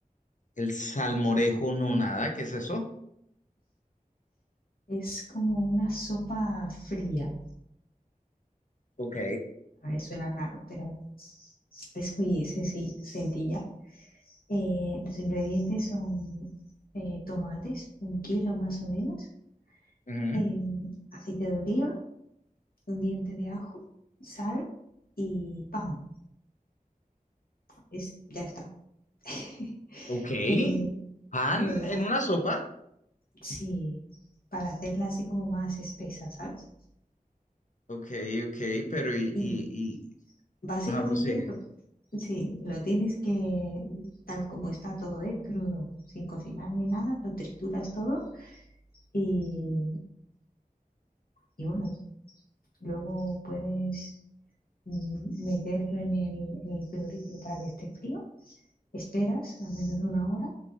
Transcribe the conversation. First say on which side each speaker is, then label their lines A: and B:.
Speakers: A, on the left (about 55°); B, on the left (about 80°).
A: El salmorejo, no nada. ¿Qué es eso?
B: Es como una sopa fría.
A: Ok.
B: A ver, suena raro, pero es muy sencilla. sencilla. Eh, los ingredientes son eh, tomates, un kilo más o menos,
A: ujú,
B: em, aceite de oliva, un diente de ajo, sal y pan. Es, ya está. <laughs>
A: Ok.
B: Eh,
A: ¿Pan
B: Lola,
A: en una sopa?
B: sí, para hacerla así como más espesa, ¿sabes?
A: Ok, ok, pero y,
B: Y
A: y, y...
B: Básicamente,
A: Ajá, prosigue.
B: lo- sí, lo tienes que, tal como está todo, ¿eh? Crudo, sin cocinar ni nada, lo trituras todo y, y bueno, luego puedes mm, meterlo en el, en el frigorífico para que esté frío. Esperas al menos una hora